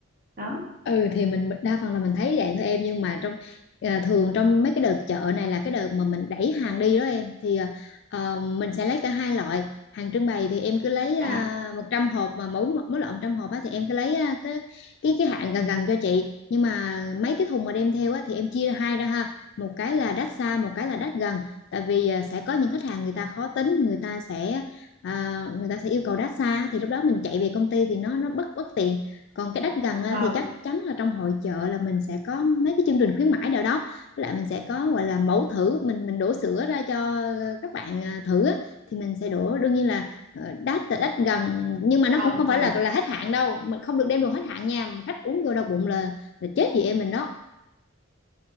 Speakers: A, on the right; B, on the left.
A: đó
B: ừ thì mình đa phần là mình thấy vậy thôi em nhưng mà trong à, thường trong mấy cái đợt chợ này là cái đợt mà mình đẩy hàng đi đó em thì à, ờ, mình sẽ lấy cả hai loại hàng trưng bày thì em cứ lấy uh,
A: dạ
B: 100 hộp mà mỗi mỗi loại 100 hộp á, thì em cứ lấy à, cái cái cái hạn gần gần cho chị nhưng mà mấy cái thùng mà đem theo á, thì em chia ra hai ra ha một cái là đắt xa một cái là đắt gần tại vì à, sẽ có những khách hàng người ta khó tính người ta sẽ à, người ta sẽ yêu cầu đắt xa thì lúc đó mình chạy về công ty thì nó nó bất bất tiện còn cái đắt gần
A: vâng
B: á, thì chắc chắn là trong hội chợ là mình sẽ có mấy cái chương trình khuyến mãi nào đó với lại mình sẽ có gọi là mẫu thử mình mình đổ sữa ra cho ờ, các bạn ờ, thử á, thì mình sẽ đổ đương nhiên là ờ, đắt là đắt gần nhưng mà
A: vâng
B: nó cũng không phải
A: vâng
B: là là hết hạn đâu mình không được đem đồ hết hạn nha mà khách uống vô đau bụng là là chết chị em mình đó